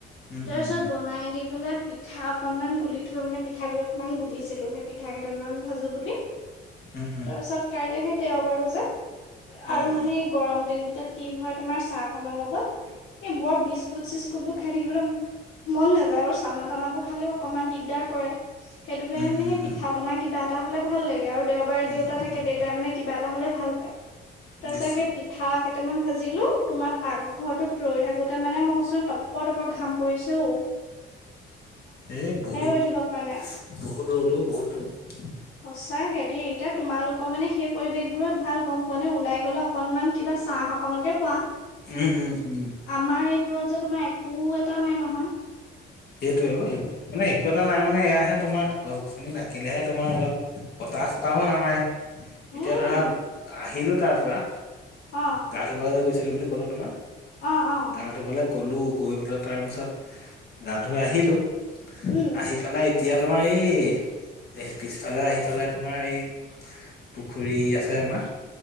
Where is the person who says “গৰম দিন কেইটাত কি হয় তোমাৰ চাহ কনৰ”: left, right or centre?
Left